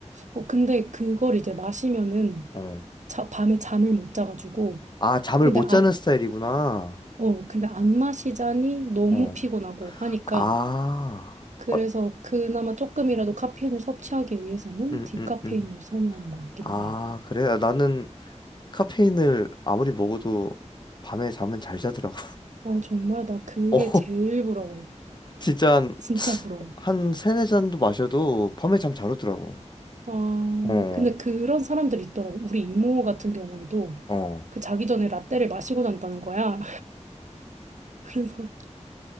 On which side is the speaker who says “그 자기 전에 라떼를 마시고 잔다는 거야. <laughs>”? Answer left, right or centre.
Right